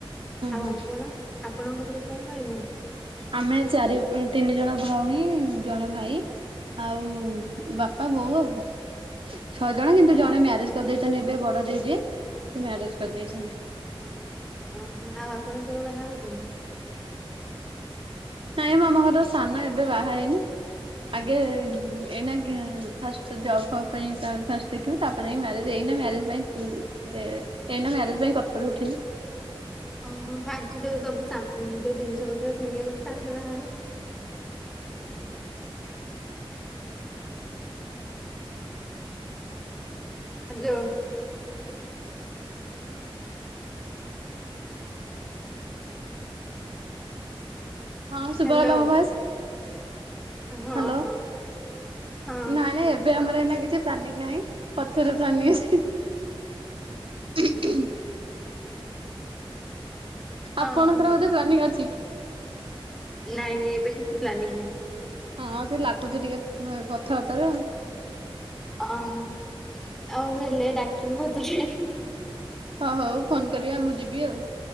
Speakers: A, in the centre; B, on the right.
A: ଆଉ
B: ହୁଁ
A: ଆପଣ ଆପଣଙ୍କ ଘରେ କେତେ ଜଣ ଭାଇ ଭଉଣୀ?
B: ଆମେ ଚାରି ତିନି ଜଣ ଭଉଣୀ ଜଣେ ଭାଇ। ଆଉ ବାପା ବୋଉ ଆଉ। ଛଅ ଜଣ କିନ୍ତୁ ଜଣେ
A: ଓହୋ
B: ମ୍ୟାରେଜ କରିଦେଇଛନ୍ତି ଏବେ ବଡ ଦେଇ ଯିଏ ସେ ମ୍ୟାରେଜ କରିଦେଇଛନ୍ତି।
A: ଓହୋ ଆଉ ଆପଣ କେବେଳ ବାହା ହେଉଛନ୍ତି?
B: ନାଇଁ ମ ଆମ ଘରର ସାନ ଏବେ ବାହା ହେଇନି। ଆଗେ ଏଇନା ଫାଷ୍ଟ ଜବ୍ ଫବ୍ ପାଇଁ ଫାଷ୍ଟ ଉଠୁ ତାପରେ ଏ ମ୍ୟାରେଜ ଏଇନା ମ୍ୟାରେଜ ପାଇଁ ଏଇନା ମ୍ୟାରେଜ ପାଇଁ କଥା ବି ଉଠିନି।
A: ଓହୋ ବାହାରୁଛି ଯୋଉ ସବୁ ଯୋଉ ଜିନିଷ ପତ୍ର କିଣିବାକୁଛି ତାପରେ ବାହା ହେବୁ ହ୍ୟାଲୋ।
B: ହଁ ଶୁଭାଗଲା
A: ହ୍ୟାଲୋ
B: ମ ଆବାଜ?
A: ହଁ ହଁ
B: ହ୍ୟାଲୋ।
A: ହଁ
B: ନାଇଁ ନାଇଁବେ ଏବେ ଆମର ଏଇନା କିଛି ପ୍ଲାନିଂ ନାହିଁ ପଛରେ ପ୍ଲାନିଂ ଆ ଉହୁ ଉହୂ।
A: ହଁ
B: ଆପଣଙ୍କର
A: ହଁ।
B: ବୋଧେ ପ୍ଲାନିଂ ଅଛି?
A: ନାଇଁ ନାଇଁ ଏବେ କିଛି ପ୍ଲାନିଂ ନାହିଁ।
B: ହଁ ସେ ଲାଗୁଛି ଟିକେ କଥାବାର୍ତ୍ତାରେ ଆଉ।
A: ଅ ଆଉ ହେଲେ ଡାକିବି ଭୋଜି ଖାଇବାକୁ
B: ହଁ ହଉ ଫୋନ କରିବା ମୁଁ ଯିବି ଆଉ।